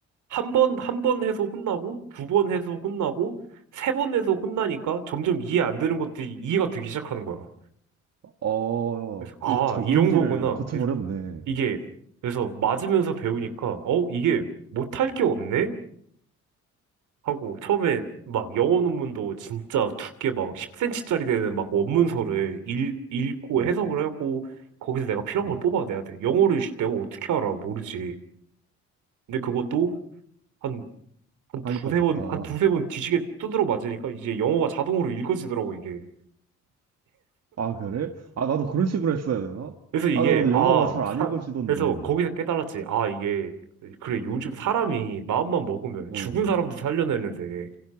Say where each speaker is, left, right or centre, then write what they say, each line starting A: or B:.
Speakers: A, on the right (about 80°); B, on the right (about 55°).
A: 한 번, 한 번 해서 혼나고, 두 번 해서 혼나고, 세 번 해서 혼나니까 점점 이해 안 되는 것들이 이해가 되기 시작하는 거야.
B: 어,
A: 그래서, 아,
B: 이 적응기를
A: 이런 거구나.
B: 거쳐버렸네.
A: 그래서 이게, 그래서 맞으면서 배우니까, 어, 이게 못할 게 없네? 하고, 처음에 막 영어 논문도 진짜 두께 막 10cm짜리 되는 막 원문서를 읽, 읽고
B: 음,
A: 해석을 하고, 거기서 내가 필요한
B: 음.
A: 걸 뽑아내야 돼. 영어를 내가 어떻게 알아? 모르지. 근데 그것도, 한 한
B: 하니까
A: 두세
B: 됐다.
A: 번, 한 두세 번 뒤지게 두드려 맞으니까 이제 영어가 자동으로 읽어지더라고, 이게.
B: 아, 그래? 아, 나도 그런 식으로 했어야 되나?
A: 그래서 이게,
B: 아, 나도
A: 아,
B: 영어가 잘 안
A: 사,
B: 읽어지던데.
A: 그래서 거기서 깨달았지. 아, 이게, 그래, 요즘 사람이 마음만 먹으면
B: 어,
A: 죽은 사람도 살려내는데